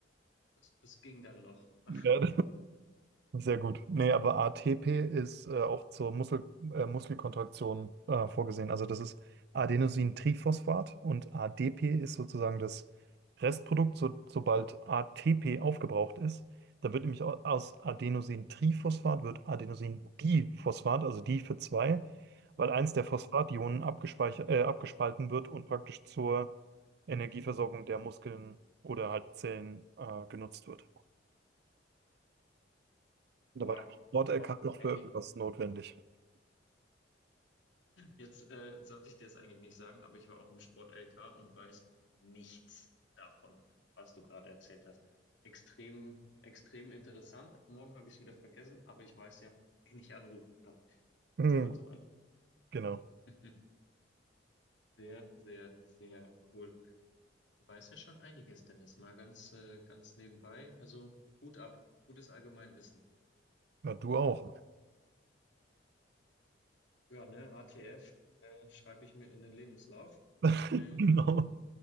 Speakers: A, on the left (about 80°); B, on the right (about 60°).
A: das, das ging dann noch. <laughs>
B: Ja. Sehr gut. Nee, aber ATP ist äh, auch zur Muskel, äh, Muskelkontraktion äh, vorgesehen. Also das ist Adenosintriphosphat und ADP ist sozusagen das Restprodukt, so, sobald ATP aufgebraucht ist. Da wird nämlich au- aus Adenosintriphosphat wird Adenosindiphosphat, also die für zwei, weil eins der Phosphationen abgespeichert, äh, abgespalten wird und praktisch zur Energieversorgung der Muskeln oder halt Zellen äh, genutzt wird. Da
A: Wow.
B: war der Sport-LK
A: Okay.
B: noch für irgendwas notwendig.
A: Jetzt äh, sollte ich dir das eigentlich nicht sagen, aber ich war auch im Sport LK und weiß nichts davon, was du gerade erzählt hast. Extrem, extrem interessant. Morgen habe ich es wieder vergessen, aber ich weiß ja, wen ich anrufen kann, wenn
B: Hm,
A: es mal soweit
B: Genau.
A: kommt. <laughs> Sehr, sehr, sehr cool. Du weißt ja schon einiges, Dennis, mal ganz, äh, ganz nebenbei. Also Hut ab, gutes Allgemeinwissen.
B: Ja, du auch.
A: Ja, ne, ATF äh, schreibe ich mir in den Lebenslauf.
B: <laughs>
A: Ähm,
B: Genau.